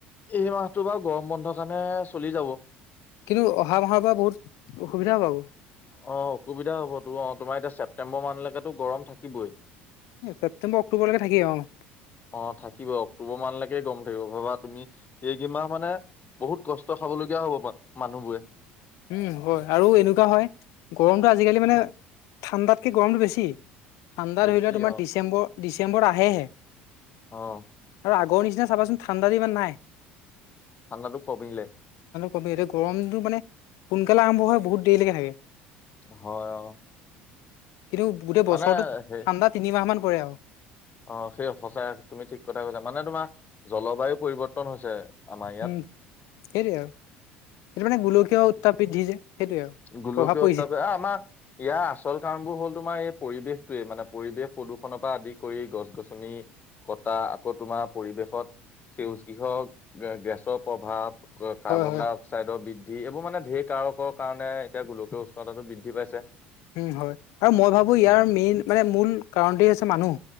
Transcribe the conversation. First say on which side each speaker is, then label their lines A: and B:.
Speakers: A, on the left; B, on the left.
A: এই মাহটো বাৰু গৰম বন্ধৰ কাৰণে চলি যাব।
B: কিন্তু অহা মাহৰ পৰা বহুত অসুবিধা হ'ব আকৌ।
A: অ', অসুবিধা হ'ব তো, অ', তোমাৰ এতিয়া ছেপটেম্বৰ মাহলৈকেতো গৰম থাকিবই।
B: ছেপ্তেম্বৰ অক্টোবৰলৈকে থাকেই, অ'।
A: অ', থাকিব অক্টোবৰ মাহলৈকে গৰম থাকিব। ভাবা তুমি এইকেইমাহ মানে বহুত কষ্ট খাবলগীয়া হ'ব মানুহ বোৰে।
B: উম, হয়। আৰু এনেকুৱা হয় গৰমটো আজিকালি মানে ঠাণ্ডাতকে গৰমটো বেছি। ঠাণ্ডাত
A: বেছি
B: ধৰি লও তোমাৰ
A: অ
B: ডিচেম্বৰ ডিচেম্বৰ আহেহে।
A: অ'।
B: আগৰ নিচিনা চাবাচোন ঠাণ্ডাটো ইমান নাই।
A: ঠাণ্ডাটো কমিলে।
B: কমিলে এতিয়া গৰমটো মানে সোনকালে আৰম্ভ হয় বহুত দেৰিলৈকে থাকে।
A: হয়, অ'।
B: কিন্তু গোটেই
A: মানে
B: বছৰটো ঠাণ্ডা
A: সেই
B: তিনিমাহ মান পৰে আৰু।
A: অ', সেই সঁচাই তুমি ঠিক কথাই কৈছা। মানে তোমাৰ জলবায়ু পৰিৱৰ্তন হৈছে। আমাৰ ইয়াত
B: উম, সেইটোৱেই আৰু এইটো মানে গুলকীয়া উত্তাপবৃদ্ধি যে। সেইটোৱে আৰু
A: গোলোকীয়
B: প্ৰভাৱ পৰিছে।
A: উত্তাপে আমাৰ ইয়াৰ আচল কাৰণবোৰ হ'ল তোমাৰ এই পৰিৱেশটোৱে। মানে পৰিৱেশ প্ৰদূষণৰ পৰা আদি কৰি গছ-গছনি কটা আকৌ তোমাৰ পৰিৱেশত সেউজগৃহ গেছৰ প্ৰভাৱ। কাৰ্বন
B: হয় হয়।
A: ডাই অক্সাইডৰ বৃদ্ধি এইবোৰা মানে ধেৰ কাৰকৰ কাৰণে এতিয়া গোলকীয় উষ্ণতাটো বৃদ্ধি পাইছে।
B: উম, হয় আৰু মই ভাবো ইয়াৰ
A: উম।
B: মেইন মানে মূল কাৰণটোৱে হৈছে মানুহ।